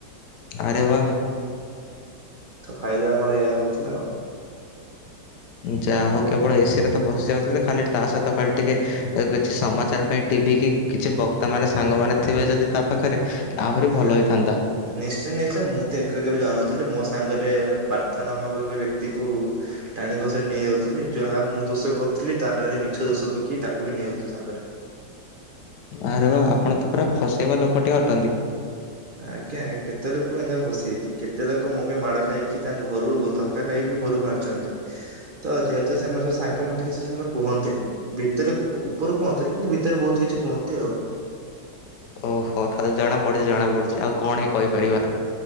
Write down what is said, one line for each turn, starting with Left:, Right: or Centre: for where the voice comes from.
Left: ଆରେୱାହ!
Right: ତ ଫାଇଦା ଆମର ଏୟା ହଉଥିଲା ଆଉ।
Left: ଯାହା ହଉ, କେବଳ ଏସି ରେ ତ ବସି ଯାଉଥିଲେ। ଖାଲି ତା ସହିତ ଖାଲି ଟିକେ କିଛି ସମା ପ୍ରଚାର ପାଇଁ, ଟିଭି କି କିଛି ବକ୍ତାମାନେ, ସାଙ୍ଗମାନେ ଥିବେ ଯଦି ତା ପାଖରେ ଆହୁରି ଭଲ
Right: ହଁ,
Left: ହେଇଥାନ୍ତା।
Right: ନିଶ୍ଚୟ! ନିଶ୍ଚୟ! ମୁଁ ତ ଏକା କେବେ ଯାଉନଥିଲି ମୋ ସାଙ୍ଗରେ ରେ ପ୍ରାର୍ଥ ନାମକ ବ୍ୟକ୍ତି କୁ ଟାଣି ଘୋଷାଡି ନେଇଯାଉ ଥିଲେ। ଯାହା ମୁଁ ଦୋଷ କରୁଥିଲି, ତା ନା' ରେ ମିଛ ଦୋଷ ପକେଇ ତାକୁ ବି ନେଇଆଉଥିଲି ସାଙ୍ଗରେ।
Left: ଆରେ ବାଃ, ଆପଣ ତ ପୁରା ଫସେଇବା ଲୋକଟି ଅଟନ୍ତି।
Right: ଆଜ୍ଞା, ଏ କେତେ ଲୋକକୁ ଏଁତି ହସେଇଛି। କେତେ ଲୋକ ମୋ ପାଇଁ ମାଡ ଖାଇକି ତାଙ୍କ ଘରୁକୁ ଧକ୍କା ଖାଇବି ଘୋ ଘରୁ ବାହାରିଛନ୍ତି। ତ ଯେହେତୁ ସେମାନେ ସବୁ ସାଙ୍ଗ ମତେ ସେତେ କିଛି କୁହନ୍ତିନି। ଭିତରେ ଉପ ପ ରୁ କୁହନ୍ତିରି। କିନ୍ତୁ, ଭିତରେ ବହୁତ କିଛି କୁହନ୍ତି ଆଉ।
Left: ଓହୋ! ହଲ୍ ଜଣା ପଡୁଛି, ଜଣା ପଡୁଛି, ଆଉ କଣ ହି କହିପାରିବା?